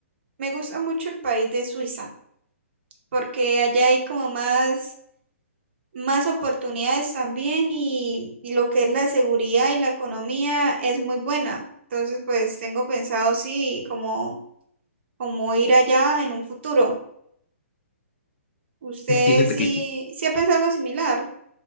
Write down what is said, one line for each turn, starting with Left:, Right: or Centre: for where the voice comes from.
Right: me gusta mucho el país de Suiza, porque allá hay como más más oportunidades también y, y lo que es la seguridad y la economía es muy buena. Entonces, pues tengo pensado sí, como, como ir allá en un futuro. ¿Usted
Left: Fíjate
Right: sí,
Left: que yo
Right: sí ha pensado algo similar?